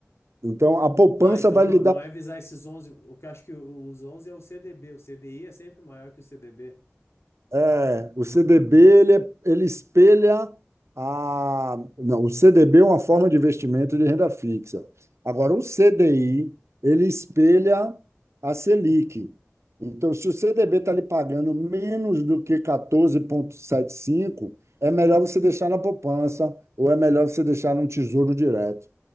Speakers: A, on the right (about 85°); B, on the left (about 80°).
A: Então, a poupança
B: Ah, então
A: vai
B: não,
A: lhe dar.
B: não é visar esses onze o que eu acho que o- os 11 é o CDB, o CDI é sempre maior que o CDB.
A: é, o CDB, ele, é- ele espelha a. Não, o CDB é uma forma de investimento de renda fixa. Agora, o CDI, ele espelha a Selic. Então, se o CDB está lhe pagando menos do que 14,75, é melhor você deixar na poupança ou é melhor você deixar num tesouro direto